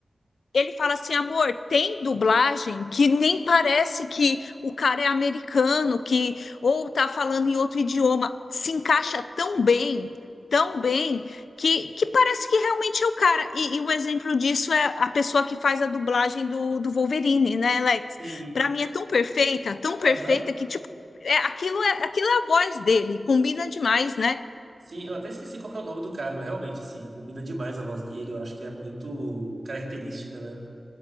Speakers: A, on the left; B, on the right.
A: ele fala assim, amor, tem dublagem que nem parece que o cara é americano, que ou tá falando em outro idioma, se encaixa tão bem, tão bem, que, que parece que realmente é o cara. E, e um exemplo disso é a pessoa que faz a dublagem do, do Wolverine, né, Alex?
B: Sim.
A: Para mim é tão perfeita, tão
B: Aham.
A: perfeita que tipo, é, aquilo é, aquilo é a voz dele, combina demais, né?
B: Sim, eu até esqueci qual que é o nome do cara, mas realmente, assim, combina demais a voz dele. Eu acho que é muito característica, né,